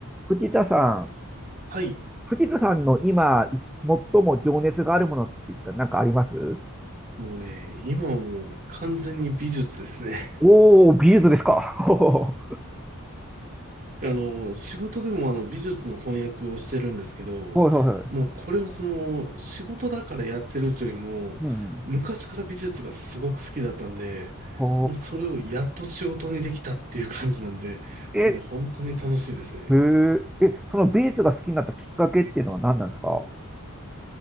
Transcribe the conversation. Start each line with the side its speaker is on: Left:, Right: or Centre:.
Centre: 藤田さん、
Right: はい。
Centre: 藤田さんの今、最も情熱があるものって言ったら何かあります
Right: もうね、今はもう完全に美術ですね。
Centre: おー、ビーズですか。<laughs> ほ
Right: <laughs> あの、仕事でもあの美術の翻訳をしてるんですけど、
Centre: うほうほう。
Right: もうこれはその仕事だからやってるというよりも、
Centre: うん。
Right: 昔から美術がすごく好きだったんで、
Centre: ほ
Right: もうそれをやっと仕事にできたっていう感じなんで、
Centre: う。え、
Right: もう本当に楽しいですね。
Centre: へえ、え、そのビーズが好きになったきっかけっていうのは何なんですか